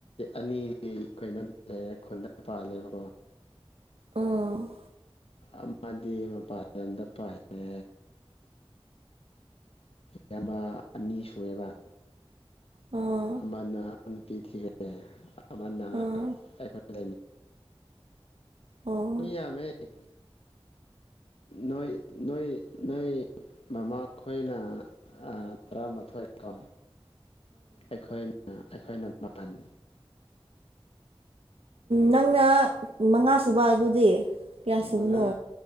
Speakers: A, on the left (about 70°); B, on the right (about 70°).
A: ꯑꯅꯤꯗꯤ ꯀꯩꯅꯣ ꯂꯩꯔꯦ ꯈꯨꯟꯗ ꯄꯥꯜꯂꯦꯕꯀꯣ
B: ꯎꯝ
A: ꯑꯃꯗꯤ ꯃꯄꯥꯗ ꯄꯜꯂꯦ ꯏꯌꯥꯝꯕ ꯑꯅꯤ ꯁꯨꯑꯦꯕ
B: ꯎꯝ
A: ꯑꯃꯅ ꯅꯨꯄꯤ ꯊꯤꯒ꯭ꯔꯦꯅ
B: ꯎꯝ
A: ꯑꯩꯈꯣꯏ
B: ꯑꯣ ꯎꯝ
A: ꯈ ꯃꯤꯃꯦ ꯅꯣꯏ ꯅꯣꯏ ꯅꯣꯏ ꯕꯃꯥ ꯈꯣꯏꯅ ꯇꯔꯥ ꯃꯊꯣꯏꯀꯣ ꯑꯩꯈꯣꯏꯅ ꯑꯩꯈꯣꯏꯅ ꯃꯥꯄꯜ
B: ꯅꯪꯅ ꯃꯉꯥ ꯁꯨꯕ ꯑꯗꯨꯗꯤ ꯀꯌꯥ ꯁꯨꯕꯅꯣ
A: ꯃꯉꯥ